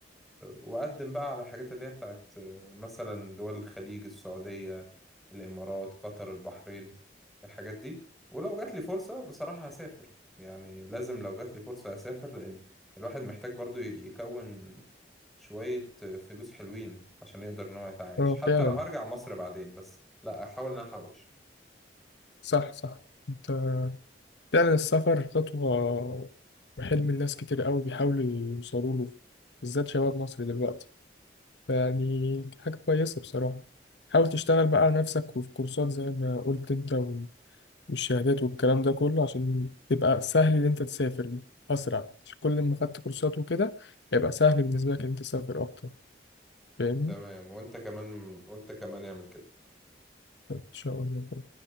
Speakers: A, in the centre; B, on the left.
A: واقدم بقى على الحاجات اللي هي بتاعت مثلا دول الخليج السعودية الامارات قطر البحرين الحاجات دي ولو جات لي فرصة بصراحة هسافر يعني لازم لو جات لي فرصة هسافر لان الواحد محتاج برضو يكون شوية فلوس حلوين عشان يقدر ان هو يتعايش
B: اه
A: حتى
B: فعلا
A: لو هرجع مصر بعدين بس لا احاول ان أنا احوش
B: صح صح انت فعلا السفر خطوة وحلم الناس كتير قوي بيحاولوا يوصلوا له بالذات شباب مصر دلوقتي يعني حاجة كويسة بصراحة حاول تشتغل بقى على نفسك وفي كورسات زي ما قلت انت و- والشهادات والكلام ده كله عشان تبقى سهل ان انت تسافر أسرع عشان كل ما خدت كورسات وكده هيبقى سهل بالنسبة لك ان انت تسافر أكتر فاهمني؟
A: تمام وانت كمان وانت كمان اعمل كده
B: إن شاء الله